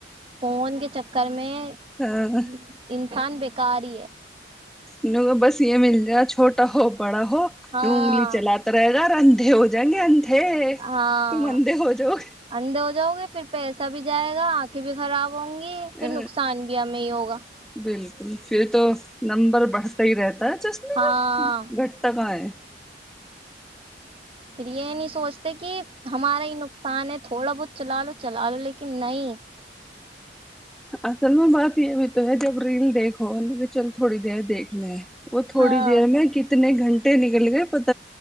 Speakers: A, on the right; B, in the centre.
A: فون کے چکر میں میں
B: ہاں
A: انسان ب کاری ہے
B: ان کو بس یہ مل جائے چھوٹا ہو بڑا ہو
A: ہاں
B: نو انگی چلا تے راہو گھر آنھے ہو جاے گے آنھے ہے
A: ہاں
B: تم انھے ہو جاؤ
A: اندھے ہو جاؤ گے پھر پیسہ بھی جائے گا آنکھیں بھی خراب ہوں گی پھر
B: ا
A: نقصان بھی ہمیں ہی ہوگا
B: بالکل پھر تو نمبر بڑھتا ہی رہتا چشمے
A: ہاں
B: کا گھٹٹ کا ہے
A: پھر یہ نہیں سوچتا کہ ہمارا یہ نقصان ہے تو تھوڑا بہت چلا لو چلا لو لیکن نہیں
B: اصل میں بات یہ بھی تو ہے جب ریل دیکھو چل تھوڑی دیر دیکھ لیں وہ تھوڑی
A: ہاں
B: دیر میں نے گنٹے نکل گئے پت